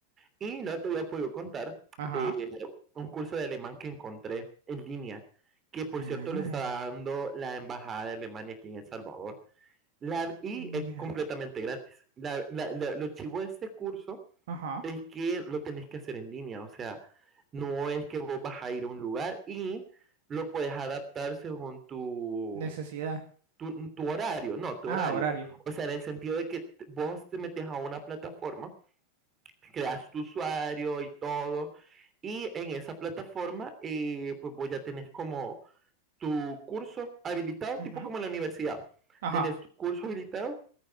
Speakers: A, on the right; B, on the right.
A: y no te había podido contar
B: Ajá.
A: de un curso de alemán que encontré en línea, que por cierto
B: Ala.
A: lo está dando la Embajada de Alemania aquí en El Salvador. La, y es
B: Uy,
A: completamente
B: ah.
A: gratis. La- la- la- lo chivo de este curso
B: Ajá.
A: es que lo tenés que hacer en línea, o sea, No es que vos vas a ir a un lugar y lo puedes adaptar según tu,
B: Necesidad.
A: tu, tu horario, no, tu
B: Ah,
A: horario.
B: horario.
A: O sea, en el sentido de que vos te metes a una plataforma, creas tu usuario y todo, y en esa plataforma, eh, pues vos ya tenés como tu curso habilitado,
B: Ujú.
A: tipo como en la universidad.
B: Ajá.
A: Tenés tu curso habilitado